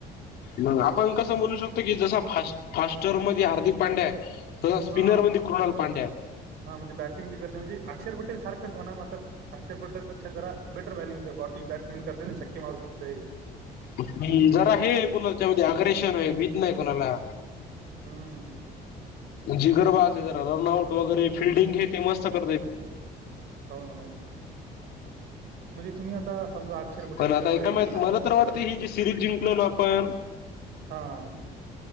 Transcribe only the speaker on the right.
हा
हा म्हणजे बॅटिंग बी करते म्हणजे, अक्षर पटेल सारखंच म्हणा मात्र अक्षर पटेल पेक्षा जरा बेटर बॅलिंग बॉटिंग बॅट्समॅन करते ना, छक्के मारू शकतय.
हम्म
हो ना, हो ना. म्हणजे, तुम्ही आता समजा अक्षर पटेल
खेळवायले
आणि
दुसरा
हा.